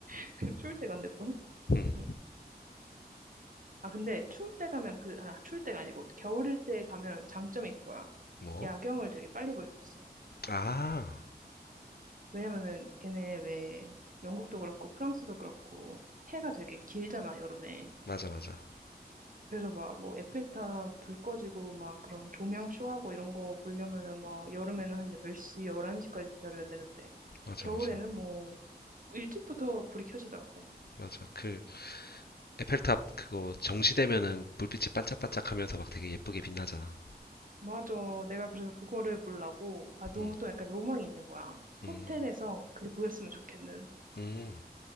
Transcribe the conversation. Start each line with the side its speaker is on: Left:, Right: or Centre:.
Right: <laughs> 추울 때 간대 또.
Left: 음,
Right: 응. 아 근데 추울 때 가면 그 아 추울 때가 아니고 겨울일 때 가면 장점이 그거야.
Left: 뭐?
Right: 야경을 되게 빨리 볼 수 있어.
Left: 아,
Right: 왜냐면은 걔네 왜 영국도 그렇고 프랑스도 그렇고 해가 되게 길잖아 여름에.
Left: 맞아, 맞아.
Right: 그래서 막 뭐 에펠탑 불 꺼지고 막 그런 조명 쇼하고 이런 거 보려면은 막 여름에는 한 10시, 11시까지 기다려야 되는데
Left: 맞아,
Right: 겨울에는
Left: 맞아.
Right: 뭐 일찍부터 불이 켜지더라고.
Left: 맞아. 그, 에펠탑 그거 정시되면은 불빛이 반짝반짝 하면서 막 되게 예쁘게 빛나잖아.
Right: 맞아. 내가 그래서 그거를 보려고 아 너무
Left: 음,
Right: 또 약간 로망이 있는 거야.
Left: 음,
Right: 호텔에서 그게 보였으면 좋겠는.
Left: 음,